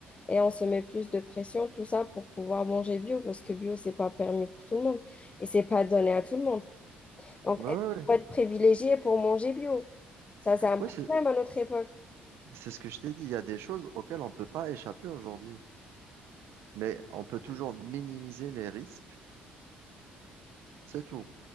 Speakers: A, on the left; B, on the right.
A: et on se met plus de pression, tout ça pour pouvoir manger bio, parce que bio, c'est pas permis pour tout le monde, et c'est pas donné à tout le monde. Donc,
B: ouais,
A: est-ce
B: ouais,
A: qu'il
B: ouais.
A: faut être privilégié pour manger bio? Ça, c'est un
B: Oui,
A: problème
B: c'est
A: à notre époque.
B: c'est ce que je t'ai dit. Il y a des choses auxquelles on ne peut pas échapper aujourd'hui, mais on peut toujours minimiser les risques, c'est tout.